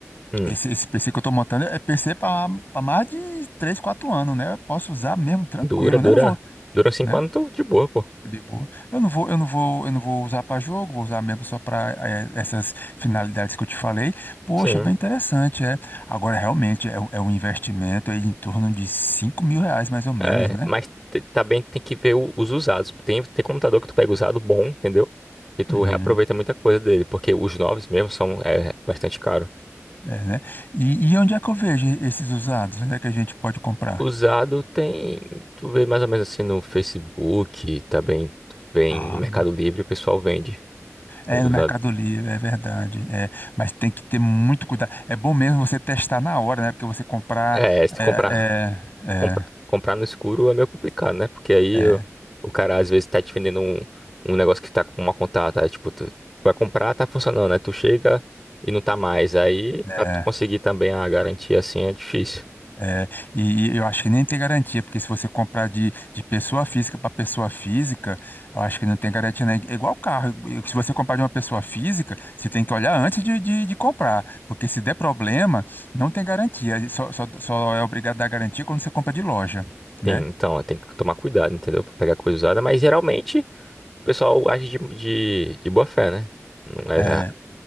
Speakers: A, in the centre; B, on the left.
A: Hum,
B: esse, esse PC que eu estou montando é PC para mais de 3 4 anos, né? Eu posso usar mesmo tranquilo,
A: dura, dura.
B: né? Não vou,
A: Dura 5
B: né?
A: anos, tô de boa, pô.
B: De boa. Eu não vou, eu não vou, eu não vou usar para jogo, vou usar mesmo só para essas finalidades que eu te falei. Poxa,
A: Sim.
B: bem interessante, é. Agora, realmente, é, um- é um investimento aí em torno de 5 mil reais, mais ou menos,
A: É,
B: né?
A: mas t- também tem que ver o- os usados. Tem, tem computador que tu pega usado bom, entendeu? E tu
B: Uhum.
A: reaproveita muita coisa dele, porque os novos mesmo são é, bastante caros.
B: É, né? E, e onde é que eu vejo esses usados? Onde é que a gente pode comprar?
A: Usado tem, tu vê mais ou menos assim no Facebook, também tu vê em
B: Ah,
A: Mercado Livre, o pessoal vende
B: é
A: os
B: no
A: usados.
B: Mercado Livre, é verdade. É, mas tem que ter muito cuidado. É bom mesmo você testar na hora, né? Porque você comprar.
A: É, se tu
B: É,
A: comprar,
B: é,
A: comprar, comprar no escuro é meio complicado, né? Porque aí
B: é,
A: o, o cara às vezes tá te vendendo um, um negócio que tá com uma contato, aí, tipo, tu vai comprar, tá funcionando, né? Tu chega e não tá mais. Aí,
B: é,
A: pra tu
B: é.
A: conseguir também a garantia assim é difícil.
B: É, e eu acho que nem tem garantia, porque se você comprar de, de pessoa física para pessoa física, eu acho que não tem garantia, né? É igual carro. Se você comprar de uma pessoa física, você tem que olhar antes de, de, de comprar, porque se der problema, não tem garantia. Só, só, só é obrigado a dar garantia quando você compra de loja, né?
A: Sim, então, é, tem que tomar cuidado, entendeu? Pra pegar coisa usada, mas geralmente o pessoal age de, de, de boa fé, né? Não
B: É,
A: é, ra-